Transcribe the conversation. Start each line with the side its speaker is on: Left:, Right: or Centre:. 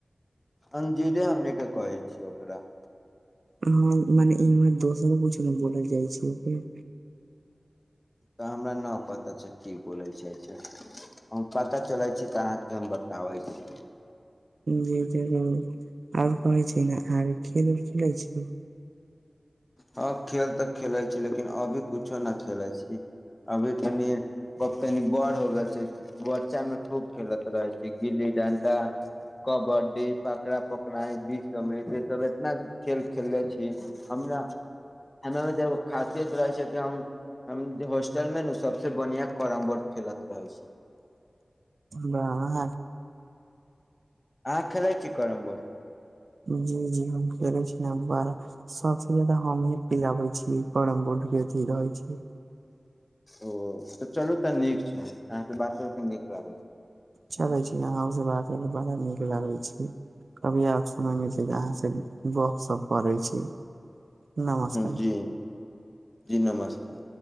Left: अंजीरे हमनी के कहै छी ओकरा।
Right: हँ मने ई हमर दोसरो कुछ ने बोल जाइ छैय ओकरे।
Left: तऽ हमरा न पता छैय की बोलै जाय छैय। हम पता चलै छी तऽ अहाँके हम बताबै छी।
Right: जे जरूर और कहै छी ने आर खेल उ खेलै छी।
Left: हँ खेल तऽ खेलैत छी लेकिन अभी कुछो नहि खेलैत छी अभी तनि ब तनी बड़ हो गेल छैय बच्चा मे खूब खेलैत रहै छैय गिल्ली डंटा। कबड्डी पकड़ा पकड़ाई बीष अमृत ई सब एतना खेल खेलले छी। हमरा हमरामे तऽ एगो खासियत रहै छैय कि हम हम हॉस्टल में नु सबसे बढ़िया कैरम बोर्ड खेलत रहे छी।
Right: बाह
Left: अहाँ खेलाइ छी कैरम बोर्ड।
Right: जी जी हम खेले छी ने बार सबसे जादा हमी पिलाबे छीयै करम बोर्ड के अथी रहै छैय।
Left: ओ तऽ चलू तऽ नीक छैय अहांके बातो के नीक लागै छैय।
Right: चलै छी अहांसे बात बड़ा नीक लागै छैय। कभी आ समय मे छैय अहाँ से गपशप करै छी। नमस्कार।
Left: जी जी नमस्कार।